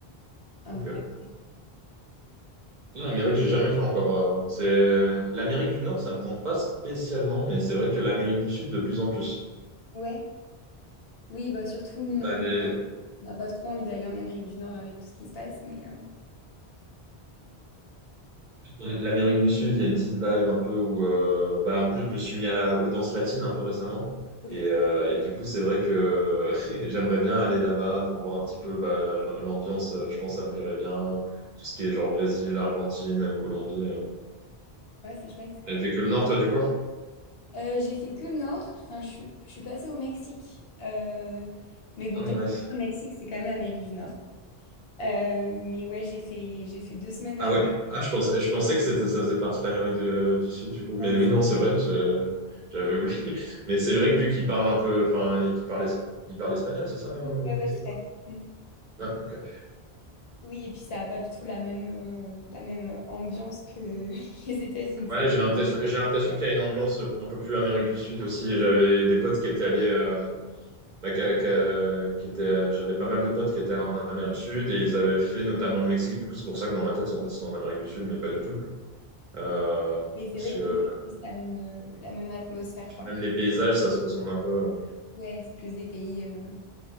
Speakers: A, on the left; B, on the right.
A: un
B: Ok.
A: peu après.
B: Non, L'Amérique, j'ai jamais fait encore. euh, C'est l'Amérique du Nord, ça me tente pas spécialement, mais c'est vrai que l'Amérique du Sud de plus en plus.
A: Ouais. Oui, bah surtout maintenant,
B: Bah, les-
A: on n'a pas trop envie d'aller en Amérique du Nord avec tout ce qui se passe. Mais euh,
B: L'Amérique du Sud, il y a une petite vibe un peu où, euh, bah, en plus, je me suis mis à la, aux danses latines un peu récemment.
A: ok,
B: Et, euh, et du coup, c'est vrai que <laughs> j'aimerais bien aller là-bas pour voir un petit peu bah, l- l'ambiance. euh, Je pense que ça me plairait bien. Tout ce qui est genre Brésil, Argentine, même Colombie. euh.
A: ouais, c'est chouette.
B: T'as fait que le Nord, toi, du coup?
A: Euh, j'ai fait que le nord. Enfin, je suis, je suis passée au Mexique. Euh, mais bon,
B: Ah,
A: techniquement,
B: nice.
A: le Mexique, c'est quand même l'Amérique du Nord. Euh, mais ouais, j'ai fait, j'ai fait deux semaines
B: Ah
A: là-bas.
B: ouais? Ah, je pensais, je pensais que c'était, ça faisait partie de l'Amérique de- du Sud, du coup.
A: Ouais,
B: Mais oui, non, c'est vrai. je- j'avais oublié. <laughs> Mais c'est vrai que vu qu'ils parlent un peu, enfin, qu'ils parlent, es- ils parlent espagnol, c'est ça, euh,
A: ouais,
B: au Mexique?
A: ouais, tout à fait. Mm.
B: Ouais, ok.
A: Oui, et puis ça n'a pas du tout la même, euh, la même euh, ambiance que <laughs> les États-Unis.
B: Ouais,
A: ça.
B: j'ai l'impression, j'ai l'impression qu'il y a une ambiance un peu plus Amérique du Sud aussi. J'avais des potes qui étaient allés, euh, bah, qu'à- qu'à- qui étaient, j'avais pas mal de potes qui étaient en Amérique du Sud et ils avaient fait notamment le Mexique. Du coup, c'est pour ça que dans ma tête, c'est- en fait, c'est en Amérique du Sud, mais pas du tout. Euh,
A: Mais c'est
B: parce
A: vrai
B: que
A: que oui, c'est la même, euh, la même atmosphère, quoi.
B: même les paysages, ça se ressemble un peu. euh.
A: Ouais, c'est plus des pays euh,